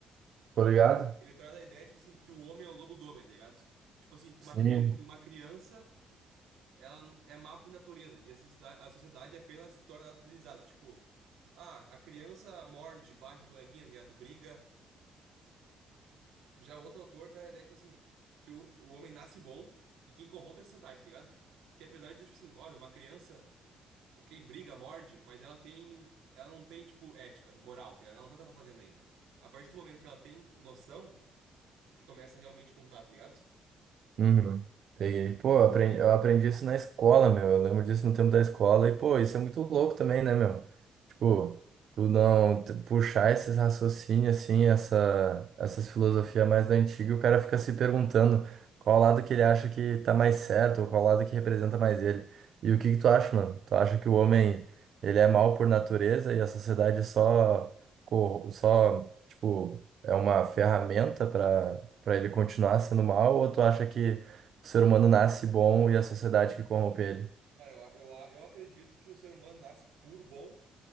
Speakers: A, on the right; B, on the right.
A: Tô ligado?
B: ele traz a ideia, tipo assim, que o homem é o lobo do homem, tá ligado? Tipo assim, que
A: Sim.
B: uma, cria- que uma criança, ela é má por natureza. E a sociedade, a sociedade apenas torna ela civilizada. Tipo, ah, a criança morde, bate no coleguinha, tá ligado? Briga. Já outro autor traz a ideia, tipo assim, que o, o homem nasce bom e quem corrompe é a sociedade, tá ligado? Porque apesar de, tipo assim, óbvio, uma criança. Ok, briga, morde, mas ela tem. Ela não tem, tipo, ética, moral, tá ligado? Ela não sabe o que ela tá fazendo ainda. A partir do momento que ela tem noção, que começa a realmente contar, tá ligado?
A: Uhum. Peguei. Pô, eu aprendi, eu aprendi isso na escola, meu. Eu lembro disso no tempo da escola. E, pô, isso é muito louco também, né, meu? Tipo, tu não tu puxar esses raciocínios, assim, essa, essas filosofias mais da antiga, e o cara fica se perguntando qual lado que ele acha que tá mais certo, ou qual lado que representa mais ele. E o que que tu acha, mano? Tu acha que o homem, ele é mau por natureza e a sociedade só, co- só, tipo, é uma ferramenta para Pra ele continuar sendo mal, ou tu acha que o ser humano nasce bom e a sociedade que corrompe ele?
B: Cara, eu, a- eu, a- eu acredito que o ser humano nasce puro, bom,